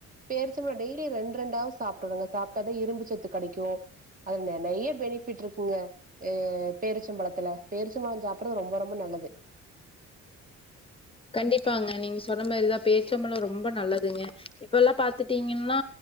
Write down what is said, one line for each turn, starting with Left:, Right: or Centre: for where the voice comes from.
Right: பேருச்சம்பழோ டெய்லி ரெண்டு ரெண்டாவாது சாப்டுடுங்க சாப்பிட்டது இரும்புச்சத்து கெடைக்கு அதுல நெ நெயைய பென் பெனிஃபிட் இருக்குங்க பேருச்சம்பழத்துக்கு த்துல பேர்ச்ச பழம் சாப்படுறது ரொம்ப ரொம்ப நல்லது
Left: கண்டிப்பாங்க நீங்க சொன்ன மாதிரிதான் பேருச்சபழம் ரொம்ப நல்லதுங்க இப்ப எல்லாம் பாத்துட்டீங்கன்னா